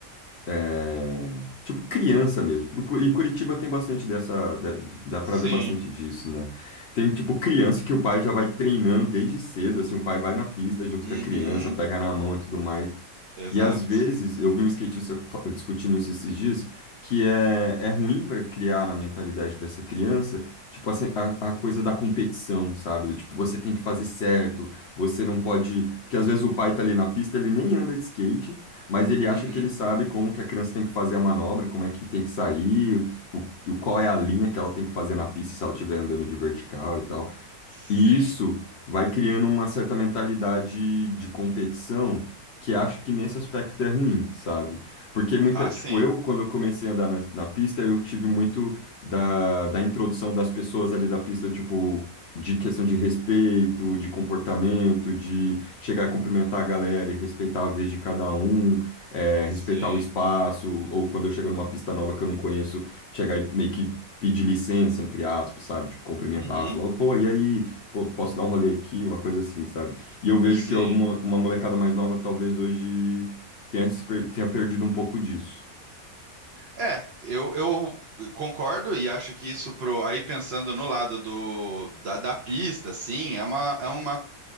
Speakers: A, on the left; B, on the right.
A: é, tipo criança mesmo. Tipo, Cu- em Curitiba tem bastante dessa, da- dá
B: Sim.
A: pra ver bastante disso, né? Tem tipo criança que o pai já vai treinando desde cedo, assim, o pai vai na pista junto
B: Uhum.
A: com a criança, pega na mão e tudo mais.
B: Exato.
A: E às vezes, eu vi um skatista fa- discutindo isso esses dias, que é, é ruim para criar na mentalidade dessa criança, tipo, assim, a, a coisa da competição, sabe? Do tipo, você tem que fazer certo, você não pode. Porque às vezes o pai tá ali na pista, ele nem anda de skate, mas ele acha
B: Uhum.
A: que ele sabe como que a criança tem que fazer a manobra, como é que tem que sair, o, o- qual é a linha que ela tem que fazer na pista se ela estiver andando de vertical e tal.
B: Sim.
A: E isso vai criando uma certa mentalidade de competição que acho que nesse aspecto é ruim, sabe? Porque muita,
B: Ah,
A: tipo,
B: sim.
A: eu, quando eu comecei a andar na, na pista, eu tive muito da, da introdução das pessoas ali da pista, tipo, de questão de respeito, de comportamento, de chegar a cumprimentar a galera e respeitar a vez de cada um, é,
B: Sim.
A: respeitar o espaço, ou quando eu chego numa pista nova que eu não conheço, chegar e meio que pedir licença, entre aspas, sabe? Tipo, cumprimentar,
B: Uhum.
A: falar, pô, e aí? pô, posso dar um rolê aqui, uma coisa assim, sabe? E eu vejo
B: Sim.
A: que alguma uma molecada mais nova talvez hoje tenha, se per- tenha perdido um pouco disso.
B: É, eu, eu concordo e acho que isso pro aí pensando no lado do da, da pista, sim, é uma é uma